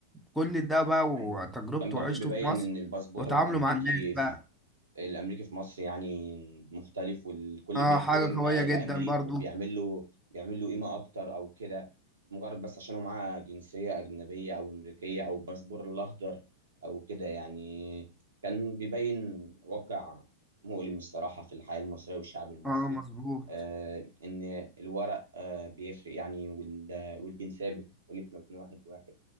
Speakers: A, in the centre; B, on the right.
A: كل ده بقى وتجربته
B: ايوه كان برضو
A: وعيشته
B: بيبين
A: في مصر
B: ان الباسبور
A: وتعامله
B: الامريكي
A: مع الناس بقى
B: الامريكي في مصر يعني مختلف والكل
A: اه
B: بيحترم
A: حاجة قوية
B: الامريكي
A: جدا برضو
B: وبيعمل له بيعمل له قيمه اكتر او كده مجرد بس عشان هو معاه جنسيه اجنبيه او امريكيه او الباسبور الاخضر او كده يعني كان بيبين واقع مؤلم الصراحه في الحياه المصريه والشعب المصري
A: اه مظبوط
B: آه ان الورق آه بيفرق يعني وال- والجنسيه بتختلف ما بين واحد واحد